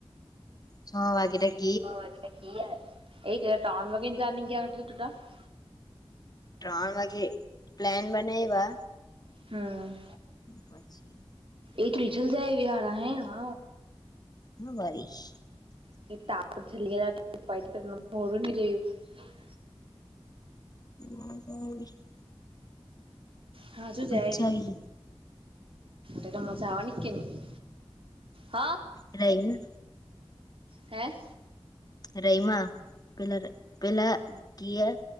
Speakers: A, on the left; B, on the right.
A: છો વાાગે રહી
B: <unintelligible>
A: ત્રણ વાગે પ્લાન બનાયવા
B: હમ્મ
A: પછી
B: <unintelligible>
A: હા બારીશ.
B: <unintelligible>
A: હ <unintelligible>
B: હજુંજ
A: મજા
B: આયવી
A: આવી
B: તે તો મજા આવાની કે ની હ
A: રહીને.
B: હે
A: રૈમા પેલા પેલા કયા